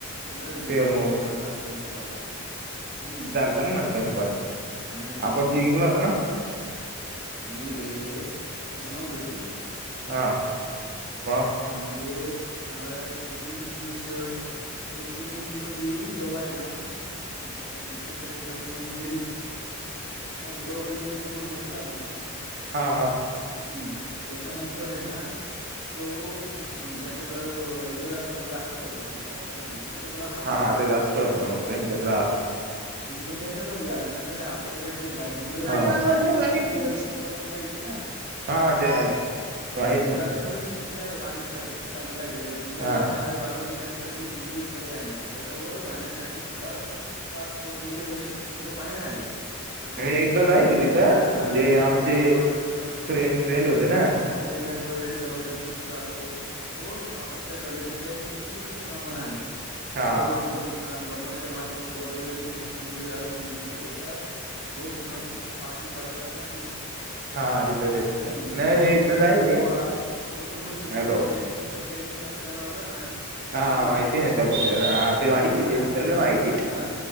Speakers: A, on the left; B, on the right.
A: इंग्रजांच्या
B: ये
A: ताब्यात
B: मो
A: गेला होता, असा विषय होता हम्म.
B: त्या नंतर पण,
A: नाही नाही
B: आपण जिंकला होता ना?
A: नाही रे, तसं नव्हतं ते.
B: हा ब
A: म्हणजे अ एटीन जु सेवे एटीन एटी मध्ये जेव्हा आहे ना ब ब्रिटिशांनी कर्नल मेडी म मॅक डोवेलच्या हेच्याकडून घेतला ना
B: हा हा.
A: हम्म, त्याच्यानंतर आहे ना जो कु म्हणजे ज्यांच्याकडं अ इंग्रजांकडं असं जास्त होतं ना तोफा अन ते. त्यांच्यापुढं हारलो
B: हा
A: आपण,
B: ते जास्त होतं
A: मग.
B: त्यांच्याकडे
A: तर त्यांच्याकडेच गेला, नंतर काय आपल्याला भेटलंच नाय, कारण की इंग्रजांचं
B: आलो
A: साम्राज्य किती दिवस होतं तुला पण माहित आहे ना.
B: हा ते आहे.
A: हम्म,
B: माहिती
A: मग
B: आहे
A: गडाचे वैशिष्ट्य काय पाहण्यासारखे ठिकाण काय दिलंय किल्ल्यावर
B: ना हा
A: चार बाजूने नैसर्गिक उभे कडे आहेत, गडावर जाण्यासाठी खडं कात कोरलेले वैशिष्ट्यपूर्व पायरे आहेत. खडकातील
B: मी एकदा
A: भुहेरी
B: जाईल
A: पायऱ्या,
B: तिथं
A: गडावर
B: म्हणजे
A: जाण्याचा
B: आमचे
A: मार्ग
B: फ्रेंड
A: एका
B: फ्रेंड
A: खडकातून
B: होते ना
A: कोरलेल्या गुहेरी दरवाजात तुन जातो, तो स्थापत्य कलेचे जे उत्कृष्ट नमुना आहे. गोदावरी
B: हा
A: उगम स्थान, डोंगराच्या माथेवर गोदावरीचे मुख्य मंदिर असून तिथे एका गोमुखातून पाणी पडतांना दिसते.
B: हा तिथं तेच
A: हम्म,
B: नाही
A: गौतम
B: मी एकदा
A: ऋषींची
B: जाईल
A: गुहा गौतम ऋषी
B: हॅलो
A: कोण? ज्यांची ज्यांनी तप केला होता ना
B: हा
A: ते गौतम
B: माहिती
A: ऋषी,
B: आहे ना त्या हा ते माहिती
A: हा
B: ते सगळं माहिती
A: हा